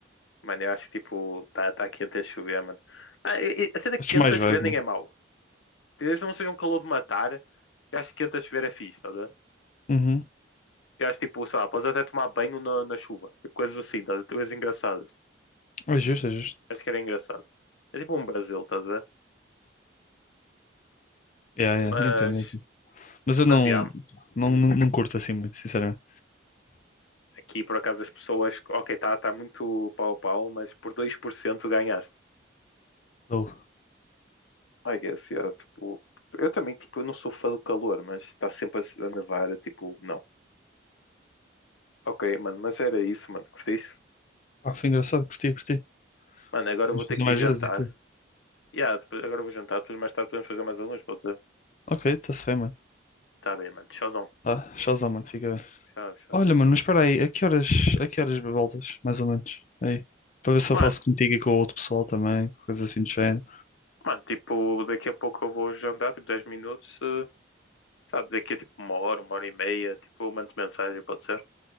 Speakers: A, on the left; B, on the left.
A: Mano, eu acho que tipo, está tá quente a chover, mano. Ah, e- e a cena
B: Acho
A: quente
B: mais
A: a
B: vibe,
A: chover nem
B: mano.
A: é mau. Desde que não seja um calor de matar, eu acho que quente a chover é fixe, estás a ver?
B: Uhum.
A: Eu acho tipo, sei lá, podes até tomar banho na, na chuva. Tipo, coisas assim, estás a ver? Coisas engraçadas.
B: É justo, é justo.
A: Acho que era engraçado. É tipo um Brasil, estás a ver?
B: Yeah,
A: Mas
B: yeah, entendo, entendo. Mas eu não,
A: Mas yeah,
B: não,
A: hum,
B: não, não curto assim muito, sinceramente.
A: aqui por acaso as pessoas, ok, está tá tá muito pau a pau, mas por 2% ganhaste.
B: Oh.
A: I guess, yeah, tipo, eu também, tipo, eu não sou fã do calor, mas está sempre a, a nevar, eu, tipo, não. Ok, mano, mas era isso, mano, curtiste?
B: Ah, foi engraçado, curti, curti.
A: Mano, agora
B: Podemos
A: eu vou ter
B: fazer
A: que
B: mais
A: ir jantar.
B: vezes e tudo.
A: Yeah, depois, agora eu vou jantar, depois mais tarde podemos fazer mais alguns, pode ser?
B: Ok, está-se bem, mano.
A: Tá bem, mano, tchauzão.
B: Tá, tchauzão, mano, fica bem.
A: Tchau, tchau.
B: Olha, mano, mas espera aí, a que horas, a que horas voltas, mais ou menos? Aí, para ver se
A: Mano,
B: eu faço contigo e com o outro pessoal também, coisa assim do género.
A: mano, tipo, daqui a pouco eu vou jantar, tipo, 10 minutos, eh, sabe, daqui a tipo uma hora, uma hora e meia, tipo, eu mando mensagem, pode ser?